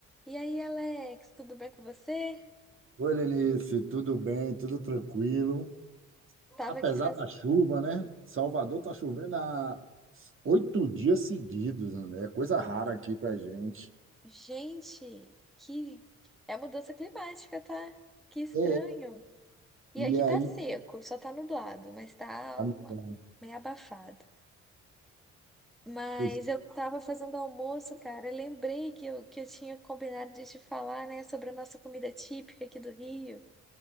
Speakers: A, in the centre; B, on the right (about 45°).
A: E aí, Alex, tudo bem com você?
B: Oi, Lenice, tudo bem? Tudo tranquilo?
A: Tava
B: Apesar
A: aqui fazendo.
B: da chuva, né? Salvador tá chovendo há oito dias seguidos, né? É coisa rara aqui pra gente.
A: Gente, que. É mudança climática, tá? Que estranho.
B: É,
A: E
B: e
A: aqui
B: aí?
A: tá seco, só tá nublado, mas tá
B: Ah,
A: uma...
B: não, não.
A: meio abafado. Mas
B: Pois,
A: eu tava fazendo almoço, cara. eu Lembrei que eu, que eu tinha combinado de te falar, né, sobre a nossa comida típica aqui do Rio.